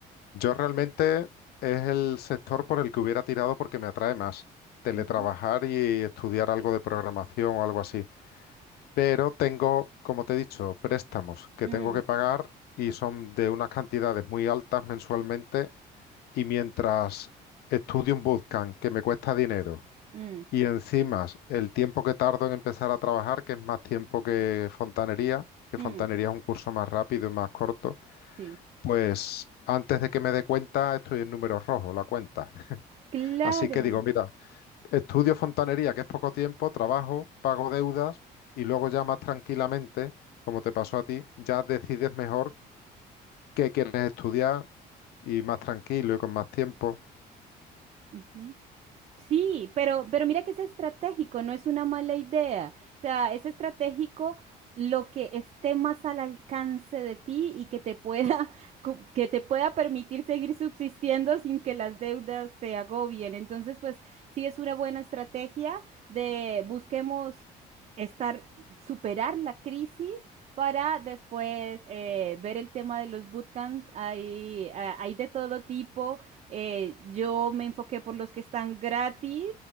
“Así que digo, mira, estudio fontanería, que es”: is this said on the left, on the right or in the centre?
Left